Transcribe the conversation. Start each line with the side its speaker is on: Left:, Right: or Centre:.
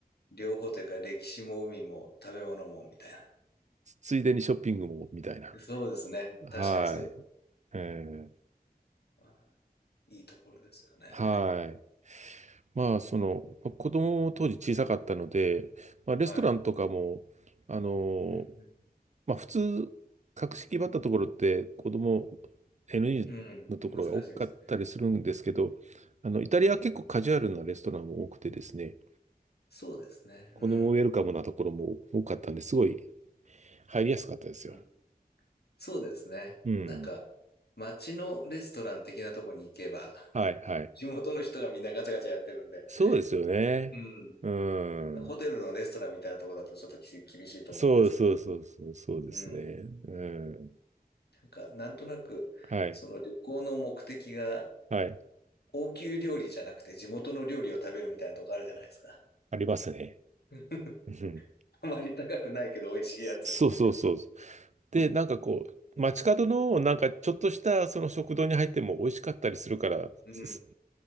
Left: 両方というか歴史も海も食べ物もみたいな。
Right: つついでにショッピングも、みたいな。
Left: そうですね。
Right: はい。
Left: 確かにそうです。
Right: えー、
Left: あいいところですよね。
Right: はい。まあ、その、まあ子供も当時小さかったので、まあ、レストランとかも、
Left: はい。
Right: あのー
Left: うん
Right: まあ普通、格式ばったところって子供 n 0のところが多かったりするんですけど、
Left: うん。うん、難しいですね。
Right: あの、イタリアは結構カジュアルなレストランも多くてですね、
Left: そうですね。
Right: 子供ウェルカムなところも多かったんで、
Left: うん。
Right: すごい入りやすかったですよ。
Left: うん、そうですね。
Right: うん。
Left: なんか、街のレストラン的なとこに行けば
Right: はいはい。
Left: 地元の人がみんなガチャガチャやってるんで。
Right: そうですよね。
Left: うん。
Right: うん。
Left: なんかホテルのレストランみたいなとこだとちょっとき厳しいと思うんですけど。
Right: そうそうそうそう、そうですね。
Left: うん。
Right: うん。
Left: なんか、なんとなく、
Right: はい。
Left: その旅行の目的が、
Right: はい。
Left: 高級料理じゃなくて地元の料理を食べるみたいなとこあるじゃないですか。
Right: ありますね。
Left: うん
Right: うん
Left: あまり高くないけど美味しいやつみたいな。
Right: そうそうそう。で、なんかこう、街角のなんかちょっとしたその食堂に入っても美味しかったりするから、
Left: うん。
Right: すす